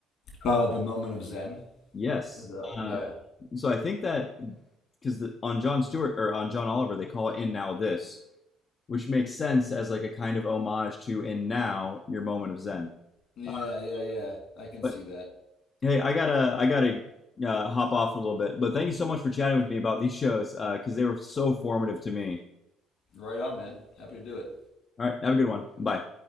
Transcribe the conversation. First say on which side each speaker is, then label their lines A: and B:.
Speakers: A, on the left; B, on the left.
A: Uh, the moment of Zen
B: Yes.
A: is up. Yeah.
B: Uh, so I think that because on John Stewart or on John Oliver, they call it "In Now This," which makes sense as like a kind of homage to "In Now Your Moment of Zen."
A: Yeah.
B: Uh,
A: Yeah. Yeah. I can
B: but
A: see that.
B: hey, I gotta I gotta uh, hop off for a little bit. But thank you so much for chatting with me about these shows because uh, they were so formative to me.
A: Right on, man. Happy to do it.
B: All right, have a good one. Bye.